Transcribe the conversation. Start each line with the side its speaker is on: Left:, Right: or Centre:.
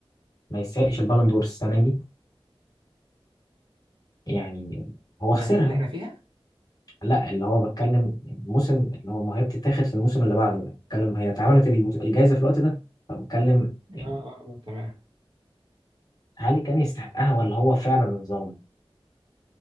Left: ما يستحقش البالون دور السنة دي يعني هو خسرها
Right: يعني دي اللي احنا فيها
Left: لا اللي هو بتكلم الموسم اللي هو ما هي بتتاخد في الموسم اللي بعده بتكلم هي اتعملت الجائزة في الوقت ده فبتكلم يعني
Right: اه اه اه تمام
Left: هل كان يستحقها ولا هو فعلا اتظلم